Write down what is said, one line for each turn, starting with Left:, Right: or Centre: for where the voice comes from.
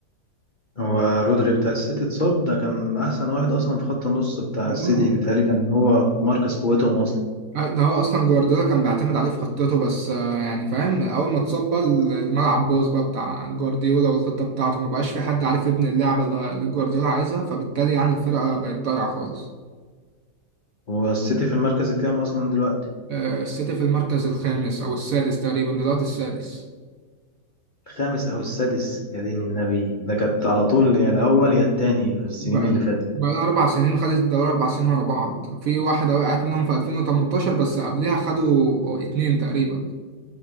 Left: هو رودري بتاع السيتي اتصاب ده كان احسن واحد اصلا في خط النص بتاع
Right: آه.
Left: السيتي بيتهيألي كان هو مركز قوتهم اصلا
Right: ده هو اصلا جوارديولا كان بيعتمد عليه في خطته بس آه، يعني فاهم اول ما اتصاب بقى الملعب باظ بقى بتاع جوارديولا والخطة بتاعته ما بقاش في حد عارف يبني اللعبة اللي اللي جوارديولا عايزها فبالتالي يعني الفرقة بقت ضايعة خالص
Left: هو السيتي في المركز الكام اصلا دلوقتي
Right: آه، السيتي في المركز الخامس أو السادس تقريبا دلوقتي السادس
Left: الخامس او السادس يا دين النبي ده كانت على طول يا الاول يا التاني في السنين
Right: بقى
Left: اللي فاتت
Right: بقى لها أربع سنين خدت الدوري أربع سنين ورا بعض في واحدة وقعت منهم في 2018 بس قبلها خدوا اتنين تقريبا